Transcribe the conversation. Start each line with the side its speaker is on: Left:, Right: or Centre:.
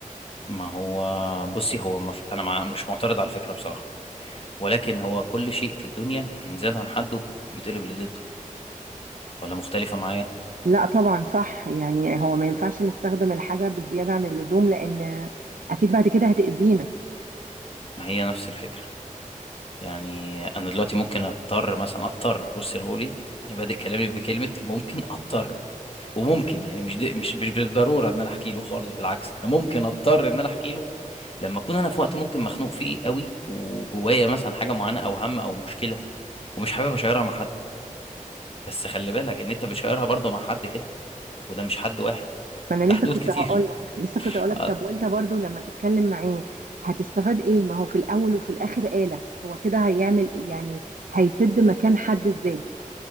Left: ما هو بصي هو مف... انا مع... مش معترض على الفكره بصراحه ولكن هو كل شيء في الدنيا ان زاد عن حده بيتقلب لضده ولا مختلفه معايا
Right: لا طبعا صح يعني هو ما ينفعش نستخدم الحاجة بالزيادة عن اللزوم لان اكيد بعد كده هتأذينا
Left: ما هي نفس الفكره يعني انا دلوقتي ممكن اضطر مثلا اضطر بصي انا بقول ايه يعني بادئ كلامي بكلمه ممكن اضطر وممكن يعني مش دي... مش مش بالضروره ان انا احكي له خالص بالعكس انا ممكن اضطر ان انا احكي له لما اكون انا في وقت ممكن مخنوق فيه قوي وجوايا مثلا حاجه معينه او هم او مشكله ومش حابب اشيرها مع حد بس خلي بالك ان انت بتشيرها برضه مع حد كده وده مش حد واحد
Right: ما انا
Left: ده
Right: لسه
Left: حدود
Right: كنت
Left: كتير
Right: هقول لك لسه كنت
Left: <laughs>
Right: هقول لك
Left: آه،
Right: طب وانت برضو لما تتكلم معاه هتستفاد ايه ما هو في الاول وفي الاخر آلة هو كده هيعمل إيه؟ يعني هيسد مكان حد ازاي